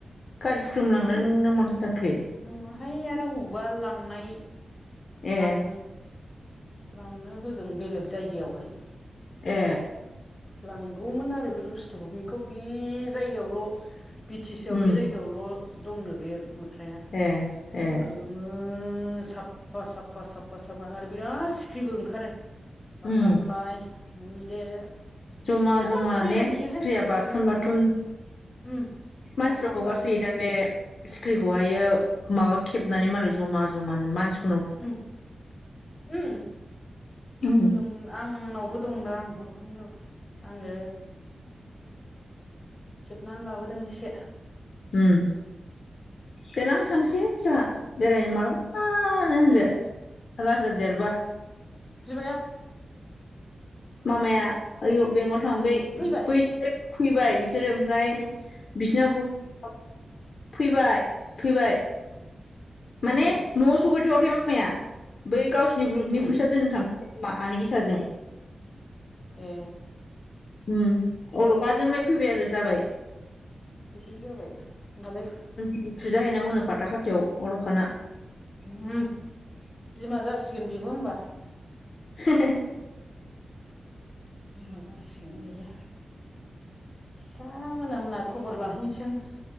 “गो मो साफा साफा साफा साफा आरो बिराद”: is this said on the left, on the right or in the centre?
Left